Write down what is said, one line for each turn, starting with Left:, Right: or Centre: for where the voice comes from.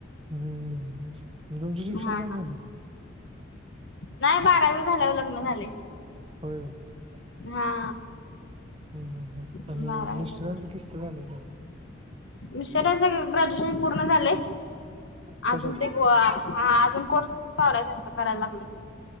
Right: हम्म तुमचे शिक्षण
Left: हा
Right: काय झाले?
Left: नाय बारावी झाल्यावर लग्न झालय.
Right: होय हम्म
Left: हा
Right: हम्म हम्म आणि
Left: बारावी
Right: मिस्टरांच
Left: झाल्यावर
Right: कि त झालय काय?
Left: मिस्टरांच ग्रॅज्युएशन पूर्ण झालय.
Right: कशात
Left: अजून ते को अ हा अजून कोर्स चालूय त्यांचा करायला लागल.